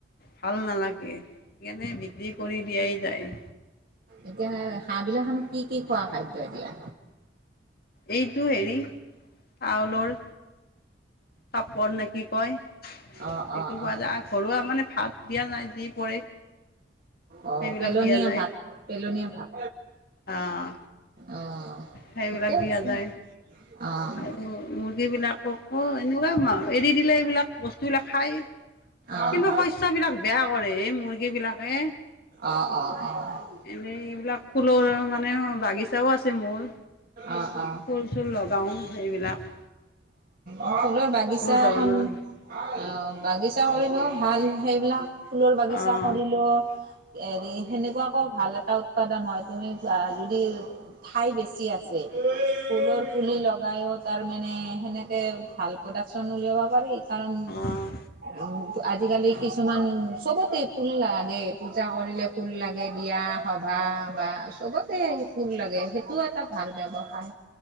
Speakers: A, on the left (about 55°); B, on the right (about 55°).
A: ভাল নালাগে সেই কাৰণেই বিক্ৰী কৰি দিয়াই যায়
B: এতিয়া হাঁহ বিলাকসন কি কি খোৱা খাদ্য এতিয়া
A: এইটো হেৰি চাউলৰ চাপৰ নে কি কয় সেইটো
B: অ', অ',
A: পোৱা
B: অ',
A: যায় আৰু ঘৰুৱা মানে ভাত দিয়া নাই দি পৰে
B: অ
A: সেইবিলাক
B: পেলনীয়া
A: দিয়া যায়
B: ভাত পেলনীয়া ভাত
A: আহ
B: অ
A: সেইবিলাক
B: ঠিকে
A: দিয়া
B: আছে
A: যায়
B: অ',
A: আৰু মুৰ্গী বিলাক অ অ এনেকোৱা এৰি দিলে এইবিলাক বস্তুবিলাক খাই
B: অ',
A: কিন্তু শস্যবিলাক বেয়া কৰে এই মুৰ্গী বিলাকে
B: অ', অ',
A: মানে এইবিলাক ফুলৰ মানে বাগিচাও আছে মোৰ
B: অ', অ', অ'।
A: ফুল চুল লগাওঁ এইবিলাক
B: অ ফুলৰ বাগিচা
A: ধৰণৰ
B: এখন অ বাগিচা হলো ভাল সেইবিলাক ফুলৰ বাগিচা
A: অ',
B: কৰিলো হেৰি সেনেকোৱাকো ভাল ভাল উৎপাদন হয় তুমি যদি ঠাই বেছি আছে ফুলৰ পুলি লগাই কাইয়ো তাৰ মানে সেনেকে ভাল প্ৰডাকচন উলিয়াব পাৰি কাৰণ
A: অ',
B: উ আজিকালি কিছুমান চবতে ফুল লাগে পূজা কৰিলে ফুল লাগে বিয়া সভা বা চবতে ফুল লাগে সেইটোও এটা ভাল ভাল ব্যৱসায়